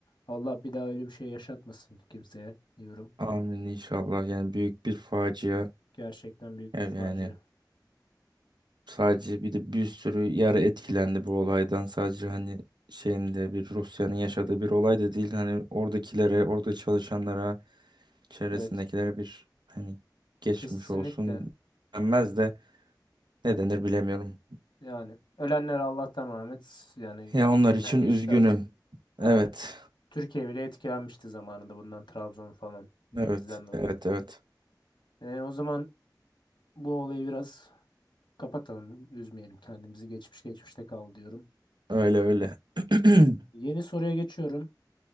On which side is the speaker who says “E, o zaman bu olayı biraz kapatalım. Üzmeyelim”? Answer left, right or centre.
Left